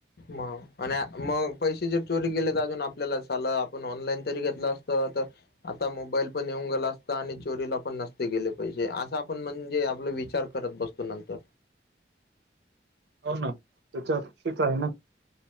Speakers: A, on the left; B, on the right.
A: मग आणि मग पैसे जर चोरी केले तर अजून आपल्याला झालं आपण ऑनलाईन तरी घेतला असतो आता मोबाईल पण येऊन गे अस आणि चोरीला पण नसते गे पैसे अस आपण म्हणजे आप विचार करत बसतो नंतर
B: हो ना त्याच्यात ठीक आहे ना